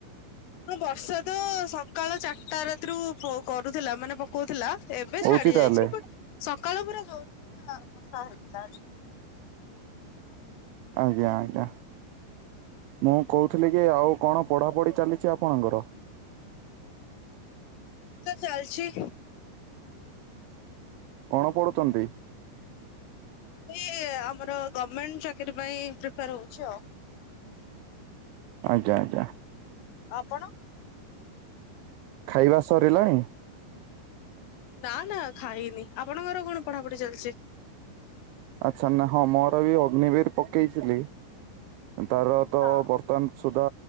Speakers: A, on the left; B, on the right.
A: ହଁ, ବର୍ଷା ତ ସକାଳ ଚାରଟାରେ ରାତିରୁ କରୁଥିଲା ମାନେ ପକଉଥିଲା ଏବେ
B: ହଉଛି
A: ଛାଡି ଯାଇଛି।
B: ତାହେଲେ
A: ବଟ୍ ସକାଳୁ ପୁରା <unintelligible>
B: ଆଜ୍ଞା ଆଜ୍ଞା। ମୁଁ କହୁଥିଲି କି, ଆଉ କଣ ପଢ଼ାପଢ଼ି ଚାଲିଛି ଆପଣଙ୍କର?
A: ଚାଲଛି
B: କଣ ପଢୁଛନ୍ତି?
A: ଏ ଆମର ଗର୍ମେଣ୍ଟ ଚାକିରୀ ପାଇଁ ପ୍ରିପାର ହଉଛି ଆଉ।
B: ଆଜ୍ଞା ଆଜ୍ଞା।
A: ଆପଣ?
B: ଖାଇବା ସରିଲାଣି?
A: ନା, ନା, ଖାଇନି। ଆପଣଙ୍କର କଣ ପଢାପଢି ଚାଲିଛି?
B: ଆଚ୍ଛା ନା, ହଁ ମୋର ବି ଅଗ୍ନିବିର ପକେଇଥିଲି। ତାର ତ
A: ହଁ
B: ବ ବର୍ତ୍ତମାନ ସୁଦ୍ଧା